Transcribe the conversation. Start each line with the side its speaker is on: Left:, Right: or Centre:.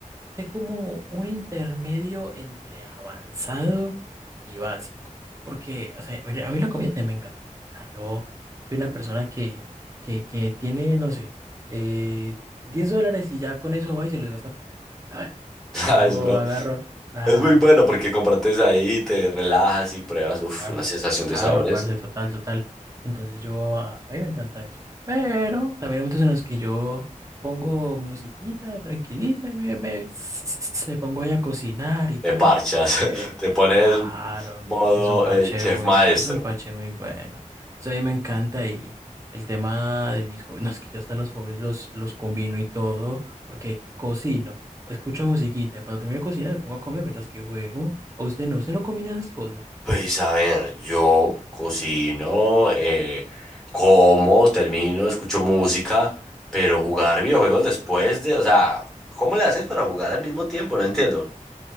Right: sé como un intermedio entre avanzado y básico. Porque, o sea, a ver, a mí la comida también me encanta. O sea, yo soy una persona que, que, que tiene, no sé, eh, 10 dólares y ya con eso va y se los gasta a comer, ¿sabes?
Centre: <laughs> ¿Sabes,
Right: O sea, yo
Centre: bro?
Right: agarro, claro,
Centre: Es muy bueno porque compartes ahí, te relajas y pruebas, uf,
Right: Claro,
Centre: una sensación
Right: claro,
Centre: de sabores.
Right: parce, total, total. Entonces yo, a, a mí me encanta eso. Pero también hay momentos en los que yo pongo musiquita tranquilita y me, me- <laughs> <tsk> me pongo ahí a cocinar y tal.
Centre: Te parchas,
Right: Eh,
Centre: <laughs> te pones
Right: claro,
Centre: modo
Right: es un parche
Centre: eh, chef
Right: muy,
Centre: maestro.
Right: es un parche muy bueno. Eso a mí me encanta y el tema de mis hobbies, no, es que yo hasta los hobbies los, los combino y todo, porque cocino, escucho musiquita y cuando termino de cocinar me pongo a comer mientras que juego. ¿O usted no? ¿Usted no combina esas cosas?
Centre: Pues a ver, yo cocino, eh, como, termino, escucho música, pero jugar videojuegos después de, o sea, ¿cómo le haces para jugar al mismo tiempo? No entiendo.